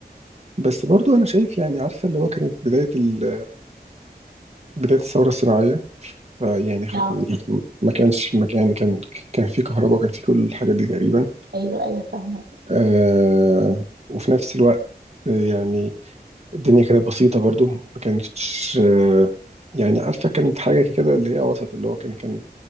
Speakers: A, on the right; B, on the right.
A: بس برضو انا شايف يعني عارفه اللي هو كانت بدايه ال... بدايه الثوره الصناعيه يعني خ...
B: اه
A: ما كانش ما كان يعني كان كان في كهرباء وكان في كل الحاجات دي تقريبا
B: ايوه ايوه فاهمة
A: آه وفي نفس الوقت آه، يعني الدنيا كانت بسيطة برضو ما كانتش آه، يعني عارفة كانت حاجة كده اللي هي وسط اللي هو كان كان